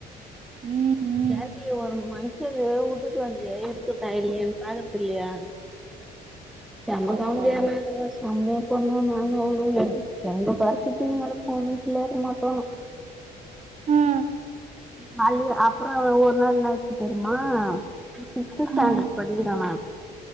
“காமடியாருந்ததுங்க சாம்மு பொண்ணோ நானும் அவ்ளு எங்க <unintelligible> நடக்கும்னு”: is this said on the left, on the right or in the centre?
Centre